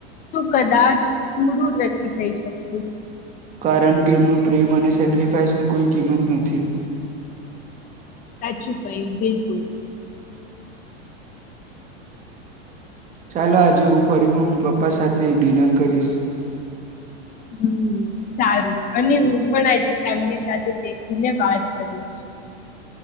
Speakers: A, on the left; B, on the right.
A: તું કદાચ પૂરું નથી થઈ શકતું.
B: કારણ કે, એમનું પ્રેમ અને સેક્રિફાઈસની કોઈ કિંમત નથી.
A: સાચું કહ્યું. બિલકુલ.
B: ચાલો, આજે હું ફરી મમ્મી પપ્પા સાથે ડિનર કરીશ.
A: હમ, સારું. અને હું પણ આજે ફેમિલી સાથે બેસીને વાત કરીશ.